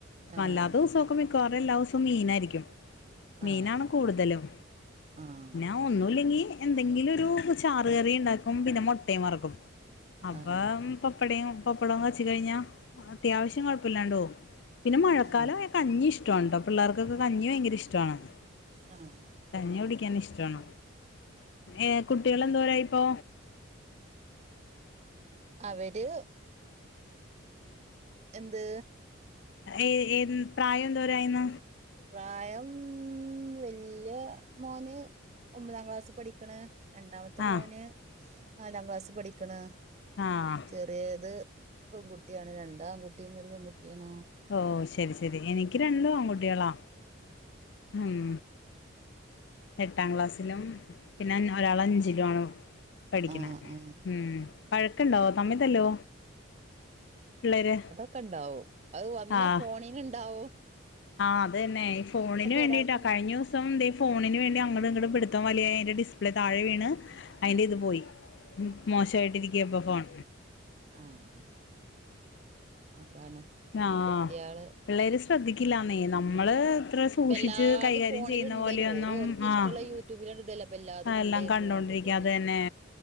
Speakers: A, on the right (about 30°); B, on the left (about 55°).
A: ആഹ്
B: അല്ലാത്ത ദിവസൊക്കെ മിക്കവാറും എല്ലാ ദിവസവും മീനായിരിക്കും, മീനാണ്
A: ആഹ്
B: കൂട്തലും
A: ആഹ്.
B: ആഹ് ഒന്നുല്ലെങ്കി എന്തെങ്കിലൊരു ചാറുകറി ഇണ്ടാക്കും പിന്നെ മൊട്ടയും വറ്ക്കും. അപ്പൊ
A: ആഹ്
B: പപ്പടയും പപ്പടവും കച്ചി കഴിഞ്ഞാ അത്യാവശ്യം കൊഴപ്പില്ലാണ്ട് പോവും പിന്നെ മഴക്കാലം
A: ആഹ്
B: ആയ കഞ്ഞി ഇഷ്ടട്ടോ പിള്ളേർക്കൊക്കെ കഞ്ഞി ഭയങ്കര ഇഷ്ടമാണ്
A: ആഹ്
B: കഞ്ഞി കുടിക്കാൻ ഇഷ്ടണ ഏഹ് കുട്ടികൾ എന്തോര ആയി ഇപ്പോ
A: അവര് എന്ത്
B: ഏ ഏ പ്രായം എന്തോരായിന്ന
A: പ്രായം വല്യ മോന് ഒമ്പതാം ക്ലാസ്സ് പഠിക്കണ രണ്ടാമത്തെ
B: ആ
A: മോന് നാലാം ക്ലാസ് പഠിക്കണ്
B: ആഹ്
A: ചെറിയത് പെൺകുട്ടിയാണ് രണ്ടാം പൺകുട്ടിയും ഒരു പെൺകുട്ടിയണ
B: ഓ ശരി ശരി എനിക്ക് രണ്ടു ആൺകുട്ടികളാ ഉം എട്ടാം ക്ലാസ്സിലും പിന്നെ ഒരാള് അഞ്ചിലും ആണ് പഠിക്കണ
A: ആ ആ
B: ഉം വഴക്കുണ്ടാവോ തമ്മിതല്ലോ പിള്ളേര്
A: വഴക്ക് ഇണ്ടാവോ അത് വന്നാ
B: ആഹ്
A: ഫോണിന് ഉണ്ടാവോ
B: ആഹ് അത് തന്നെ ഫോണിന് വേണ്ടിട്ടാ
A: ഒരാൾക്ക്
B: കഴിഞ്ഞ ദിവസം ഇപ്പം എന്ത ഫോണിന് വേണ്ടി അങ്ങട് ഇങ്ങട്ട് പിടിത്തം വലിയ അതിന്റെ ഡിസ്പ്ലേ താഴെ വീണ് അതിന്റെ ഇത് പോയി മോശായിട്ടിരിക്ക ഇപ്പ ഫോൺ
A: ആഹ് അതാണ്
B: ആഹ്
A: ഈ കുട്ടികള്
B: പിള്ളേര് ശ്രദ്ധിക്കില്ലന്ന നമ്മള് ഇത്ര സൂക്ഷിച്ച്
A: ഇപ്പ എല്ലാതും
B: കൈകാര്യം
A: ഫോണിൽ
B: ചെയ്യുന്ന
A: ഉണ്ടേനു
B: പോലെയൊന്നും
A: ഓര് ഓൽക്ക് ഇഷ്ടമുള്ള
B: ആഹ്
A: യൂട്യൂബിലാണ്ട് ഇടല്ലേ അപ്പൊ എല്ലാതും
B: എല്ലാം
A: ഉണ്ടായിരുന്നു
B: കണ്ടോണ്ടിരിക്ക
A: അപ്പൊ പിന്നെ
B: അത് തന്നെ